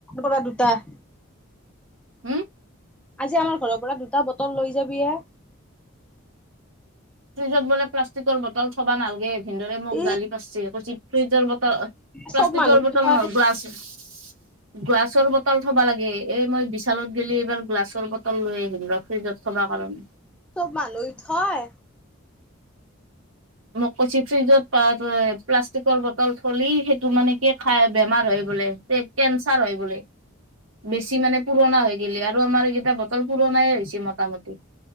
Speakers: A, in the centre; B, on the right.
A: পৰা দুটা।
B: হম
A: আজি আমাৰ ঘৰৰ পৰা দুটা বটল লৈ যাবি এ
B: ফ্ৰিজত বোলে প্লাষ্টিকৰ বটল থবা নালগে। ভিদেউৰে মোক
A: এই
B: গালি পাছে কৈছি ফ্ৰিজৰ বটল
A: চব
B: প্লাষ্টিকৰ
A: মানুহ
B: বটল
A: হয়।
B: নহয় গ্লাছ গ্লাছৰ বটল থাব লাগে এই মই বিশালত এইবাৰ গ্লাছৰ বটল লৈ আহিম ৰ ফ্ৰিজত থবা কাৰণে
A: উম চব মানুহ থয়
B: মোক কৈছি ফ্ৰিজত প্লাষ্টিকৰ বটল থলি সেইটো মানে কি খাই বেমাৰ হয়। বোলে কেনচাৰ হয় বোলে। বেছি মানে পুৰণা হৈ গিলি আৰু আমাৰ এইকেইটা বটল পুৰণাই হৈছে মটামুটি।